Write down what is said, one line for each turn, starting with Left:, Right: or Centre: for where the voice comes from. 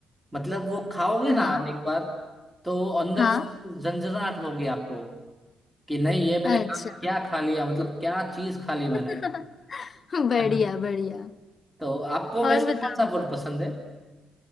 Centre: मतलब वो खाओगे ना
Left: हाँ
Centre: आप एक बार तो अंदर
Left: हाँ
Centre: से झंझनाहट होगी आपको कि नहीं ये मैंने
Left: अच्छा
Centre: खा, क्या खा लिया मतलब क्या चीज खा ली मैंने
Left: <laughs> बढ़िया
Centre: <laughs>
Left: बढ़िया
Centre: तो आपको
Left: और
Centre: वैसे कौन
Left: बताओ
Centre: सा फूड पसंद है